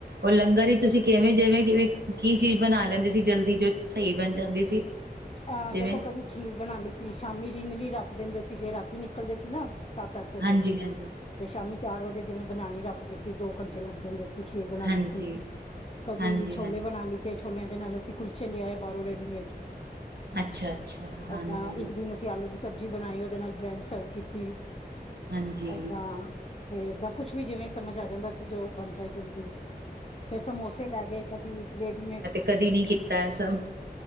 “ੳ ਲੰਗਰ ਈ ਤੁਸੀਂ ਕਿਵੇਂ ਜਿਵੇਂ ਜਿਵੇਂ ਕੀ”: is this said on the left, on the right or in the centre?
Right